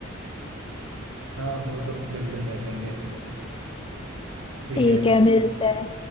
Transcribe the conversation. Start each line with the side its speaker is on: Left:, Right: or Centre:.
Right: हाँ वो तो बिल्कुल करेंगे ठीक
Left: ठीक
Right: है
Left: है मिलते हैं